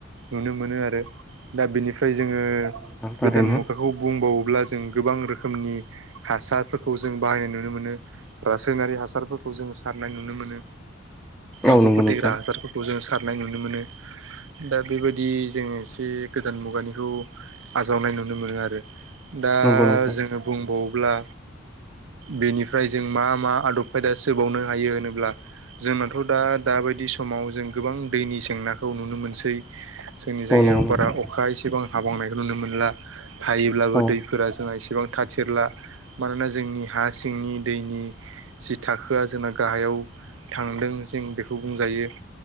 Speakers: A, on the right; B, in the centre.
A: नुनो मोनो आरो दा बिनि फ्राय जोङो
B: नोंथां थारैनो
A: गोदान मुगाखौ बुंबावोब्ला जों गोबां रोखोमनि हासारफोरखौ जों बाहायनाय नुनो मोनो। ओ रासायनारि हासारफोरखौ जों सारनाय नुनो मोनो।
B: औ
A: एम्फौ
B: नंगौ
A: फोथैग्रा
B: नोंथां
A: हासारफोरखौ जों सार नाय नुनो मोनो। दा बेबायदि जोङो एसे गोदान मुगानिखौ आजावनाय नुनो मोनो आरो। दा
B: नंगौ नोंथां
A: जोङो बुंबावोब्ला बेनिफ्राय जों मा मा आदब खायदा सोबावनो हायो होनोब्ला जोंनाथ' दा दाबायदि समाव जों गोबां दैनि जेंनाखौ नुनो मोनसै। जोंनि जायगायाव
B: औ नंगौ नोंथां
A: बारा अ एसेबां हाबावनायखौ नुनो मोनला। हायोब्लाबो
B: औ
A: दैफोरा जोंहा एसे सेबां थाथिरला। मानोना जोंनि हा सिंनि दैनि जि थाखोआ जोंना गाहायाव थांदों जों बेखौ बुंजायो।